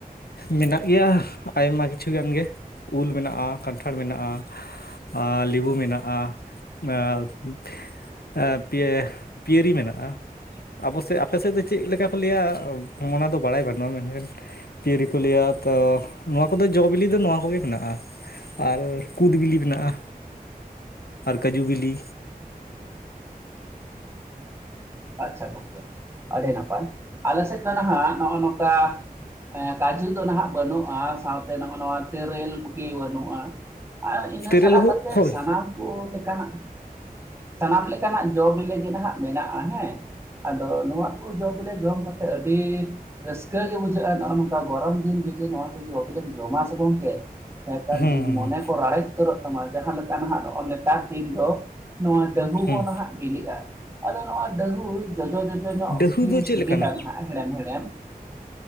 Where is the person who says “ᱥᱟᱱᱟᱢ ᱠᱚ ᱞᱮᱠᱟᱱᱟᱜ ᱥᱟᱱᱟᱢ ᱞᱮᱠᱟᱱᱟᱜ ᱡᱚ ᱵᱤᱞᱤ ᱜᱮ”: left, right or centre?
Right